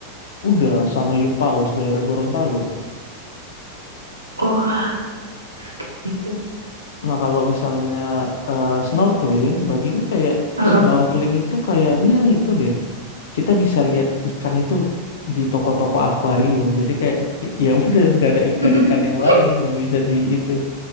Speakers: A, on the left; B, on the right.
A: udah sama hiu daerah Gorontalo
B: Wah, itu.
A: nah kalau misalnya eh, snorkeling bagiku kayak
B: Heeh.
A: snorkeling itu kayaknya itu deh kita bisa lihat ikan itu di toko-toko akuarium jadi kayak <laughs> ya udah nggak ada ikan-ikan
B: <laughs>
A: yang lain yang bisa di itu